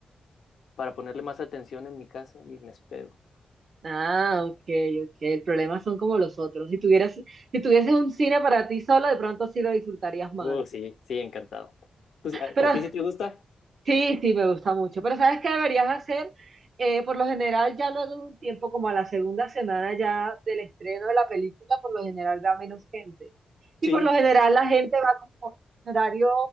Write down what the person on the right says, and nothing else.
Ah, ok, ok. El problema son como los otros. Si tuvieras, si tuvieses un cine para ti solo, de pronto sí lo disfrutarías más.
Pero
Sí, sí, me gusta mucho. Pero ¿sabes qué deberías hacer? Eh, por lo general, ya luego de un tiempo, como a la segunda semana ya del estreno de la película, por lo general va menos gente. Y
por lo general la gente va como en horario